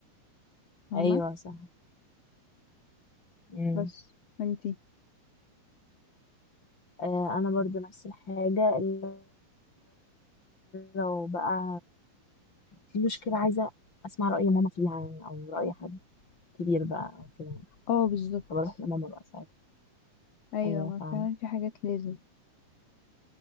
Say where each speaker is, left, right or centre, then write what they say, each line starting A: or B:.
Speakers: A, on the left (about 50°); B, on the left (about 30°).
A: فاهمه
B: ايوه صح فعلا
A: بس انتي
B: آه، انا برضو نفس الحاجه إلا لو بقى في مشكله عايزه اسمع راي ماما فيها يعني او راي حد كبير بقى أو كده
A: اه بالظبط
B: فبروح لماما بقى ساعتها
A: ايوه
B: ايوه
A: ما
B: فعلا
A: فعلا في حاجات لازم